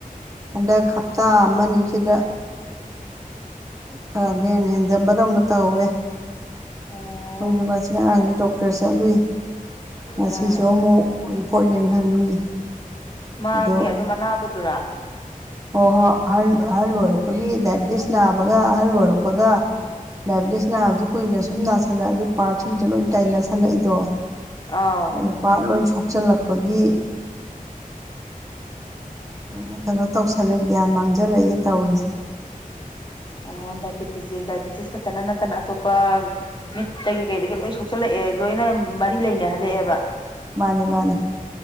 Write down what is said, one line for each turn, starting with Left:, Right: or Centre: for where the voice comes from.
Right: ꯍꯟꯗꯛ ꯇꯥ ꯑꯃ ꯑꯁꯤꯗ ꯈꯔ ꯍꯦ ꯍꯦꯟꯖꯟꯕꯗꯧꯅ ꯇꯧꯋꯦ
Left: ꯑꯣ
Right: ꯑꯩꯣꯏꯁꯨ ꯉꯁꯤ ꯉꯔꯥꯡꯁꯨ ꯗꯣꯛꯇꯔ ꯆꯠꯂꯨꯏ ꯉꯁꯤꯁꯨ
Left: ꯎꯝ
Right: ꯑꯃꯨꯛ ꯎꯔꯤꯄꯣꯠ ꯌꯦꯡꯍꯜꯂꯨꯏ
Left: ꯃꯥꯒꯤ
Right: ꯑꯗꯣ
Left: ꯑꯗꯨꯝ ꯑꯅꯥꯕꯗꯨꯔꯥ
Right: ꯍꯣꯏ ꯍꯣꯏ ꯑꯍꯜ ꯑꯍꯜ ꯑꯣꯏꯔꯛꯄꯒꯤ ꯗꯥꯏꯕꯤꯑꯦꯇꯤꯁ ꯅꯥꯕꯒ ꯑꯍꯜ ꯑꯣꯏꯔꯛꯄꯒ ꯗꯥꯏꯕꯦꯇꯤꯁ ꯅꯥꯕꯕꯁꯤ ꯀꯨꯏꯅ ꯁꯨꯝ ꯅꯥꯁꯤꯜꯂꯛꯑꯗꯤ ꯄꯥꯔꯠꯁꯤꯡꯁꯦ ꯂꯣꯏꯅ ꯇꯥꯏ ꯅꯥꯁꯜꯂꯛꯏꯗꯣ
Left: ꯑꯥꯎ
Right: ꯅꯨꯄꯥ ꯂꯣꯏ ꯁꯣꯛꯆꯤꯜꯂꯛꯄꯒꯤ ꯂꯣꯏꯅ ꯀꯩꯅꯣ ꯇꯧꯁꯜꯂꯦ ꯒ꯭ꯌꯥꯟ ꯃꯥꯡꯖꯜꯂꯛꯏ ꯑꯦ ꯇꯧꯔꯤꯁꯦ
Left: ꯑꯣ ꯗꯥꯏꯕꯤꯦꯇꯤꯁꯁꯦ ꯗꯥꯏꯕꯤꯑꯦꯇꯤꯁ ꯈꯛꯇꯅ ꯅꯠꯇꯅ ꯑꯇꯣꯞꯄ ꯃꯤꯠꯇꯒꯤ ꯀꯩꯗꯒꯤ ꯂꯣꯏ ꯁꯣꯛꯆꯜꯂꯛꯑꯦ ꯂꯣꯏꯅ ꯃꯔꯤ ꯂꯩꯅꯍꯜꯂꯛꯑꯦꯕ
Right: ꯃꯥꯅꯦ ꯃꯥꯅꯦ